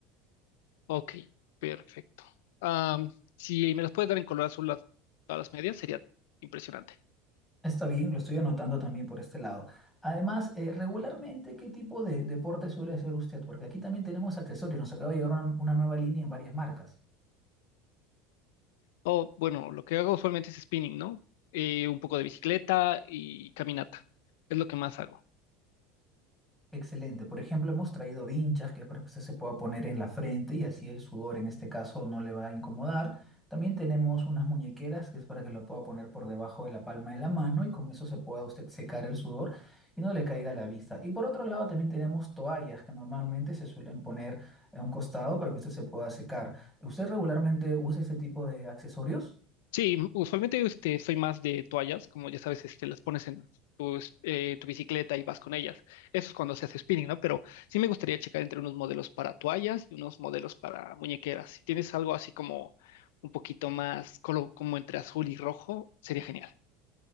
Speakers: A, on the left (about 85°); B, in the centre.
A: Ok, perfecto. Ah, si me las puedes dar en color azul las, todas las medias, sería impresionante.
B: Está bien, lo estoy anotando también por este lado. Además, eh, regularmente, ¿qué tipo de deporte suele hacer usted? Porque aquí también tenemos accesorios. Nos acaba de llegar una, una nueva línea en varias marcas.
A: O bueno, lo que hago usualmente es spinning, ¿no? Eh, un poco de bicicleta y caminata. Es lo que más hago.
B: Excelente. Por ejemplo, hemos traído vinchas que es para que usted se pueda poner en la frente y así el sudor en este caso no le va a incomodar. También tenemos unas muñequeras que es para que lo pueda poner por debajo de la palma de la mano y con eso se pueda usted secar el sudor y no le caiga a la vista. Y por otro lado también tenemos toallas que normalmente se suelen poner en un costado para que usted se pueda secar. ¿Usted regularmente usa ese tipo de accesorios?
A: Sí, usualmente este, soy más de toallas, como ya sabes, este, las pones en tu, es- eh, tu bicicleta y vas con ellas. Eso es cuando se hace spinning, ¿no? Pero sí me gustaría checar entre unos modelos para toallas y unos modelos para muñequeras. Si tienes algo así como un poquito más, colo- como entre azul y rojo, sería genial.